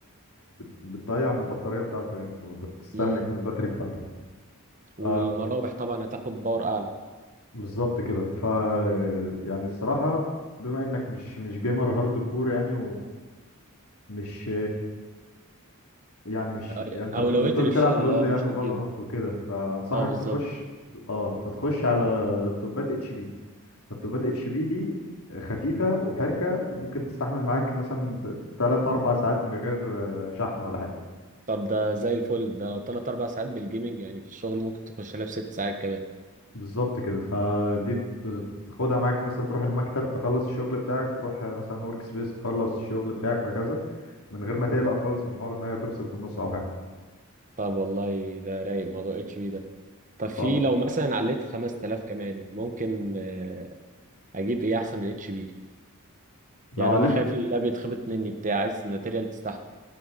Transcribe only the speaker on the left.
بت... بتضيع من البطاريه بتاعته يعني وبتستهلك
من الباتري بتاعته
ف-
بالظبط كده ف يعني الصراحة بما انك مش مش جيمر هارد كور يعني ومش يعني مش
يعني انت
بت- بتقول
بتلعب لول
يعني
وفالورانت
وكده فانصحك
تخش اه فتخش على لابتوبات اتش بي لابتوبات اتش بي دي خفيفة وحركة وممكن تستحمل معاك مثلا تلات أربع ساعات من غير آه، شحن ولا حاجة
بالظبط كده فدي ت- تاخدها معاك مثلا تروح المكتب تخلص الشغل بتاعك تروح آه، مثلا ورك سبيس تخلص الشغل بتاعك وهكذا من غير ما تقلق خالص من حوار ان هي تفصل في النص او حاجه
اه
لو
عليت